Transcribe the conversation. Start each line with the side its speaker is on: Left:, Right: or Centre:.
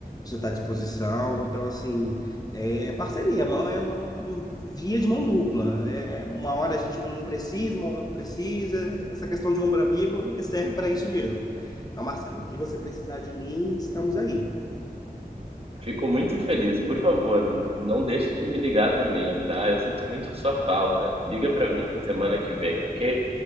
Left: você está à disposição, então assim, é parceria, mão é uma um, via de mão dupla, é uma hora a gente um precisa, uma hora outro precisa, essa questão de ombro amigo serve para isso mesmo. Então, Marcelo, o que você precisar de mim, estamos aí.
Right: Fico muito feliz. Por favor, não deixe de me ligar também, tá? Eu sinto muito sua falta. Liga pra mim semana que vem, ok?